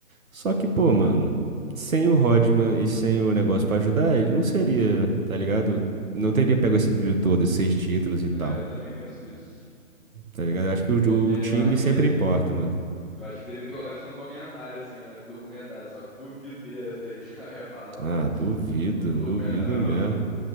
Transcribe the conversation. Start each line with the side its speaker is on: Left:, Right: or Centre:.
Right: Só que, pô, mano, sem o Rodman e sem o negócio pra ajudar, ele não seria, tá ligado? Não teria pego esse brilho todo, esses seis títulos e
Centre: É,
Right: tal,
Centre: eu também penso isso.
Right: tá ligado? Eu acho que o,
Centre: Porque eu
Right: o time
Centre: acho que
Right: sempre importa, mano.
Centre: eu acho que devia ter colocado isso no comentário, assim, mas no documentário, só que duvido que ele ia aceitar. <laughs> Eu falo, não,
Right: Ah,
Centre: não.
Right: duvido,
Centre: No meu documentário,
Right: duvido
Centre: não.
Right: mesmo.